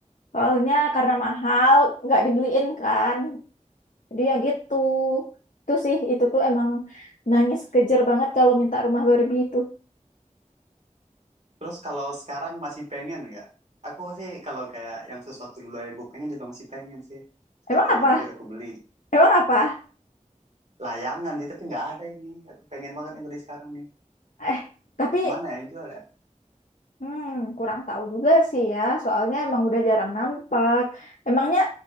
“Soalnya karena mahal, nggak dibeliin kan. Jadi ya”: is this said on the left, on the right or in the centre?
Left